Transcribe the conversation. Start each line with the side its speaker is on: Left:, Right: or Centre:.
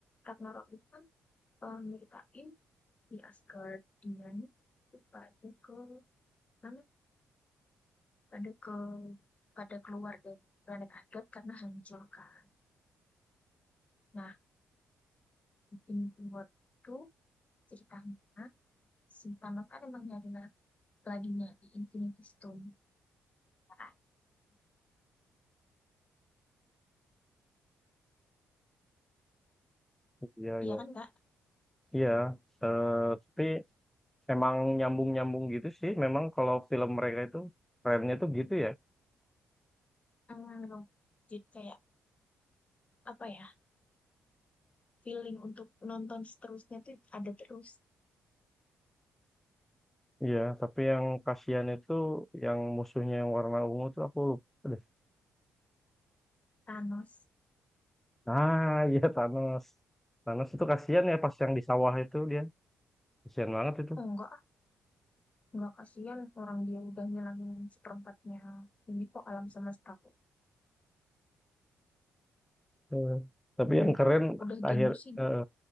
Left: Ragnarok itu kan eh, nyeritain di Asgard dia nih tuh pada ke mana pada ke pada keluar dari planet Asgard karena hancur kan. Nah, Infinity War itu ceritanya si Thanos kan emang nyari la- lagi nyari Infinity Stone kan.
Centre: Iya,
Left: Iya
Centre: iya.
Left: kan Kak?
Centre: Iya. Eh, tapi emang nyambung-nyambung gitu sih. Memang kalau film mereka itu kerennya tuh gitu ya.
Left: Mm, Jadi kayak apa ya feeling untuk nonton seterusnya tuh ada terus.
Centre: Iya, tapi yang kasihan itu yang musuhnya yang warna ungu tuh aku lupa deh.
Left: Thanos.
Centre: Ah, iya Thanos. Thanos itu kasihan ya pas yang di sawah itu dia. Kasihan banget itu.
Left: Enggak, ah, enggak kasihan orang dia udah ngilangin seperempatnya ini kok alam semesta. kok.
Centre: Eh, Tapi
Left: Dia
Centre: yang keren
Left: kan udah
Centre: akhir
Left: genosida.
Centre: eh,